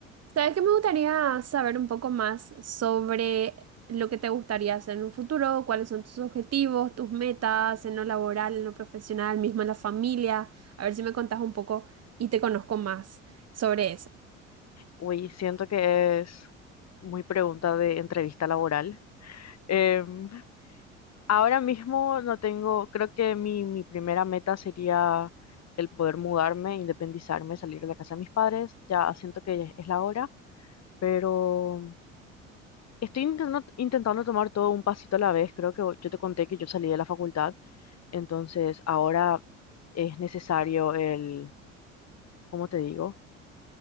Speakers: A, on the right; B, on the left.
A: ¿Sabes que me gustaría saber un poco más sobre lo que te gustaría hacer en un futuro? ¿Cuáles son tus objetivos, tus metas en lo laboral, en lo profesional, mismo en la familia? A ver si me contás un poco y te conozco más sobre eso.
B: Uy, siento que es muy pregunta de entrevista laboral. Em, ahora mismo no tengo, creo que mi, mi primera meta sería el poder mudarme, independizarme, salir de la casa de mis padres. Ya siento que es la hora, pero estoy intentando, intentando tomar todo un pasito a la vez. Creo que yo te conté que yo salí de la facultad, entonces ahora es necesario el, ¿cómo te digo?